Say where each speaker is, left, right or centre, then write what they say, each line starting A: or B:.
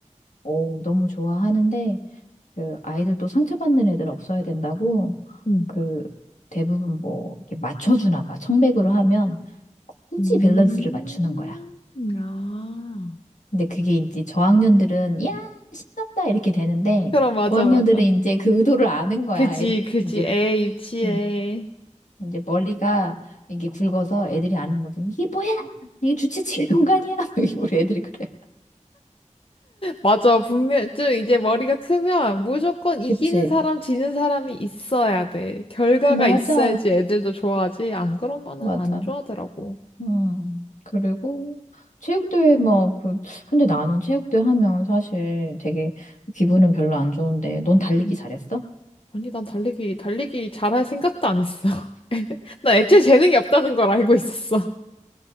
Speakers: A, on the left (about 75°); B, on the left (about 45°).
A: 어, 너무 좋아하는데 그 아이들 또 상처받는 애들 없어야 된다고
B: 응.
A: 그 대부분 뭐 이렇게 맞춰주나 봐. 청백으로 하면 굳이
B: 음,
A: 밸런스를 맞추는 거야.
B: 아.
A: 근데 그게 이제 저학년들은 야 신난다 이렇게 되는데
B: 그럼, 맞아,
A: 고학년들은
B: 맞아.
A: 이제 그 의도를 아는 거야.
B: 그지,
A: 애,
B: 그지.
A: 이제
B: 애 유치해.
A: 음, 이제 머리가 이게 굵어서 애들이 아는 거지. 이게 뭐야? 이게 주체치 공간이야? <laughs> 이게 우리 애들이 그래.
B: 맞아. 분명, 좀 이제 머리가 크면 무조건 이기는
A: 그치?
B: 사람, 지는 사람이 있어야 돼. 결과가
A: 맞아.
B: 있어야지 애들도 좋아하지. 안 그러면은
A: 맞아.
B: 안 좋아하더라고.
A: 음. 그리고 체육대회 뭐 그 근데 나는 체육대회 하면 사실 되게 기분은 별로 안 좋은데 넌 달리기
B: 음.
A: 잘했어?
B: 아니, 난 달리기, 달리기 잘할 생각도 안 했어. <laughs> 난 애초에 재능이 없다는 걸 알고 있었어.